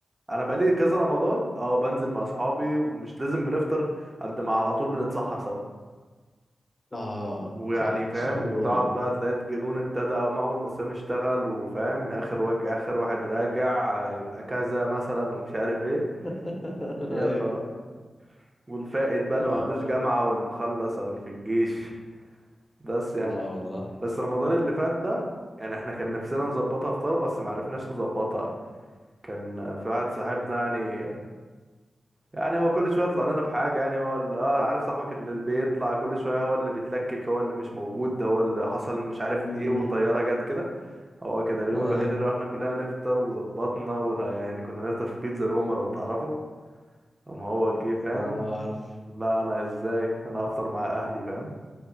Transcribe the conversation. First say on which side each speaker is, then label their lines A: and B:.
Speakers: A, on the right (about 30°); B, on the left (about 25°).
A: انا بقالي كذا رمضان اه بنزل مع اصحابي ومش لازم بنفطر قد ما على طول بنتسحر سوا
B: اه
A: ويعني
B: صح
A: فاهم
B: السحور
A: وتقعد
B: برضو
A: بقى تلاقي الجنون ابتدى أو اول ما الصيام اشتغل وفاهم اخر واجه اخر واحد راجع آه، يبقى كذا مثلا ومش عارف ايه
B: <laughs>
A: ويلا
B: ايوه
A: بقى والفائت بقى اللي
B: اه
A: ما عندوش جامعة واللي مخلص او اللي في الجيش بس يعني
B: اه والله
A: بس رمضان اللي فات ده يعني احنا كان نفسنا نظبطها فطار بس ما عرفناش نظبطها كان في واحد صاحبنا يعني يعني هو كل شويه يطلع لنا بحاجه يعني هو اللي اه عارف صاحبك اللي بيطلع كل شويه هو اللي بيتلكك هو اللي مش موجود هو اللي حصل مش عارف
B: امم
A: ايه وطياره جت كده هو كده اليوم
B: ايوه
A: الوحيد اللي احنا كلنا نفطر وظبطنا ولا يعني كنا نفطر في بيتزا روما لو تعرفه اما هو جه فاهم
B: اه عارف
A: لا انا ازاي انا هفطر مع اهلي فاهم